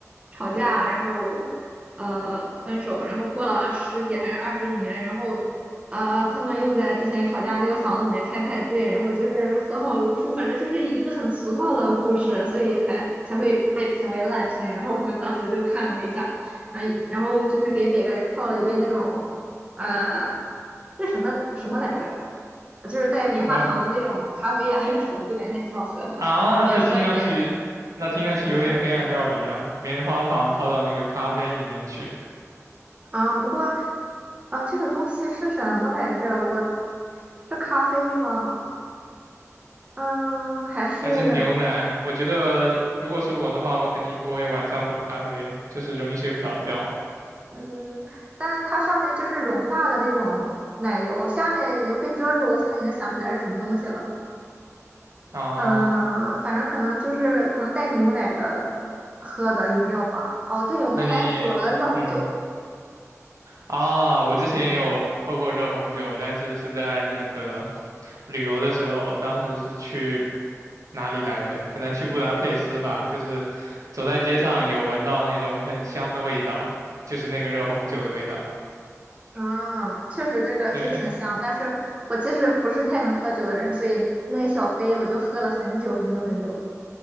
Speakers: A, on the right; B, on the right.
A: 吵架，然后呃分手，然后过了十几还是二十年，然后呃他们又在之前吵架那个房子里面开派对，然后就是和好如初，反正就是一个很俗套的故事，所以还才会被评为烂片。然后我们当时就看了一下，啊，然后就是给每个人泡了一杯那种呃，这什么什么来着？就是带棉花糖的那种咖啡啊，
B: 什么？
A: 还是什么，就感觉还挺好喝的，
B: 啊，
A: 一边喝一边
B: 那听上去，那听上去有点黑暗料理啊，
A: 一边看
B: 棉花糖泡到那个咖啡里面去，
A: 啊。不过啊，这个东西是什么来着？我是咖啡吗？嗯，还是
B: 还是牛奶？我觉得如果是我的话，我肯定不会晚上喝咖啡，就是容易睡不着觉
A: 嗯，但它上面就是融化的那种奶油，下面已经被遮住，我现在已经想不起来是什么东西了。
B: 啊。
A: 嗯，呃反正可能就是可能带牛奶的喝的饮料吧。哦，对，我们还煮了热红酒。
B: 那你，嗯，啊，我之前也有喝过热红酒，但是是在那个旅游的时候，当时是去哪里来着？可能去布达佩斯吧，就是走在街上有闻到那种很香的味道，就是那个热红酒的味道。
A: 嗯，确实这个就挺香，
B: 对
A: 但是我其实不是太能喝酒的人，所以那一小杯我就喝了很久很久很久。